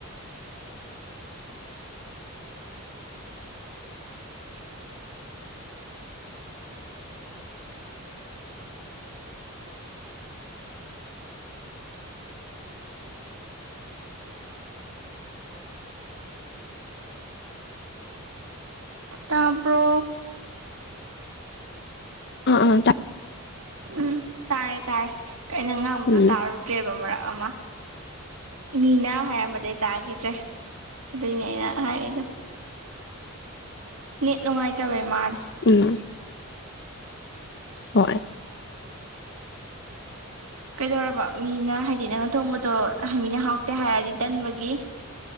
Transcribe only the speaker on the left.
ꯑꯥ ꯑꯥ
ꯎꯝ
ꯎꯝ ꯍꯣꯏ <inaudible>